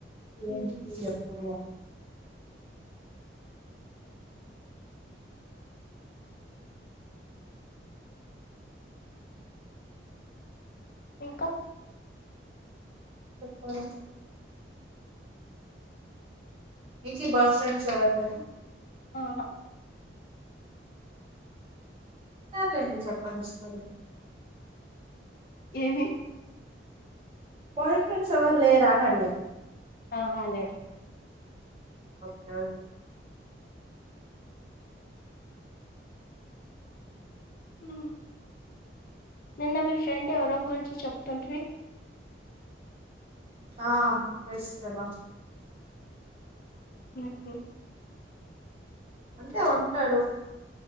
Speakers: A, on the left (about 50°); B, on the right (about 30°).
A: హ్మ్.
B: ఏంటికి ఎప్పుడు
A: ఇంకా
B: సొప్పాలి మీకీ బాయ్ ఫ్రెండ్స్ ఎవర్ లేరా
A: ఆహా
B: సర్లేండి చెప్పండి స్టోరీ
A: ఏవి
B: బాయ్ ఫ్రెండ్స్ ఎవరు లేరా అని అడిగా
A: ఆహాలే
B: వొద్దా
A: ఉ నిన్న మీ ఫ్రెండ్ ఎవరో గురించి చెప్తుంటీ
B: ఆ వేస్ట్ పెళ్ళాం
A: ఆఓ
B: అంటే ఉంటాడు